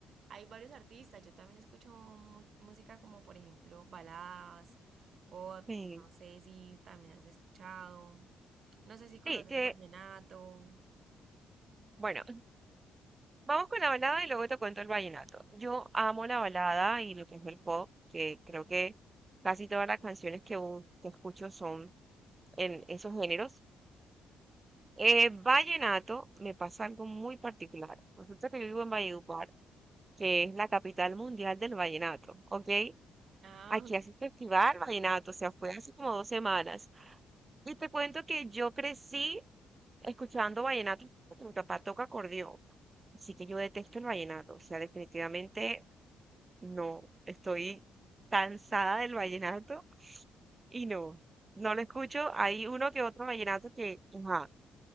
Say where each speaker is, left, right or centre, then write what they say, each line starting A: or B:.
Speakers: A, on the right; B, on the right.
A: Hay varios artistas, yo también escucho mu- música como por ejemplo baladas, pop,
B: sí.
A: no sé si también has escuchado, no sé si conoces
B: Sí, ye-
A: el vallenato.
B: bueno, vamos con la balada y luego te cuento el vallenato. Yo amo la balada y lo que es el pop, que creo que casi todas las canciones que, u- que escucho son en esos géneros. Eh, vallenato me pasa algo muy particular. Resulta que yo vivo en Valledupar, que es la capital mundial del vallenato, ¿ok?
A: Ah,
B: Aquí hace festival, vallenato, o sea, fue hace como dos semanas. Y te cuento que yo crecí escuchando vallenato porque mi papá toca acordeón. Así que yo detesto el vallenato, o sea, definitivamente no. Estoy cansada del vallenato y no, no lo escucho. Hay uno que otro vallenato que, ajá,